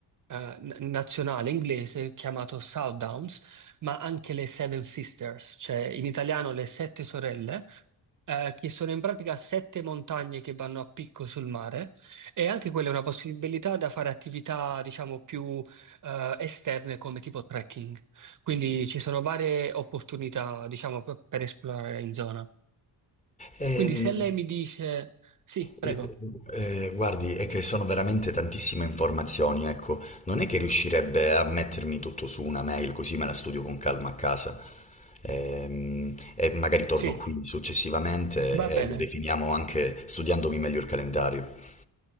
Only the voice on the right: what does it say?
eh, n- nazionale inglese chiamato Southdowns, ma anche le Seven Sisters, cioè in italiano le Sette Sorelle, eh, che sono in pratica sette montagne che vanno a picco sul mare e anche quella è una possibilità da fare attività, diciamo, più eh, esterne come tipo trekking. Quindi ci sono varie opportunità, diciamo, per per esplorare in zona.
Quindi se lei mi dice sì, prego,
sì,
va bene.